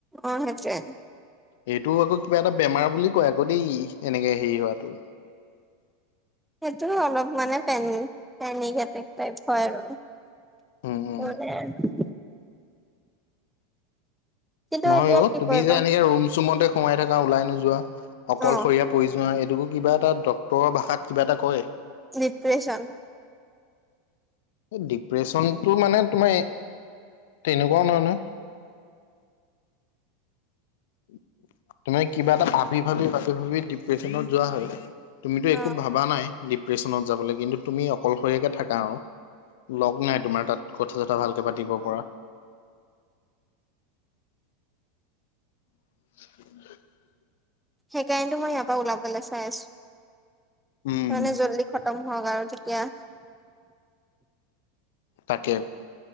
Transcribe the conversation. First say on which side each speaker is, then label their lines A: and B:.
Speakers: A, in the centre; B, on the left.
A: অ সেইটোৱে।
B: এইটো আকৌ কিবা এটা বেমাৰ বুলি কয় আকৌ দেই, এনেকে হেৰি হোৱাটো।
A: সেইটো অলপ মানে পেনি পেনিক এটেক টাইপ হয় আৰু।
B: উম
A: ত
B: উম
A: <unintelligible> কিন্তু
B: নহয়
A: এতিয়া
B: অ,
A: কি
B: তুমি
A: কৰিবা
B: যে এনেকে ৰুম চুমতে সোমাই থাকা ওলাই নোযোৱা অকলশৰীয়া
A: অ
B: পৰি যোৱা। সেইবোৰ কিবা এটা ডক্তৰৰ ভাষাত কিবা এটা কয়।
A: ডিপ্ৰেচন।
B: এই ডিপ্ৰেচনতটো মানে তোমাৰ তেনেকুৱাও নহয় নহয়। উম <unintelligible> তুমি কিবা এটা ভাবি, ভাবি, ভাবি, ভাবি ডিপ্ৰেচনত যোৱা হয়, তুমিতো
A: অ
B: একো ভাবা নাই। ডিপ্ৰেচনত যাবলে কিন্তু তুমি অকলশৰীয়াকে থাকা আৰু। লগ নাই তোমাৰ তাত কথা চথা ভালকে পাতিব পৰা। <inaudible>
A: সেইকাৰণেতো মই ইয়াৰ পৰা ওলাবলৈ চাই আছো সেইকাৰণে
B: উম
A: জল্দি খতম। ভগা আৰু তেতিয়া
B: তাকে।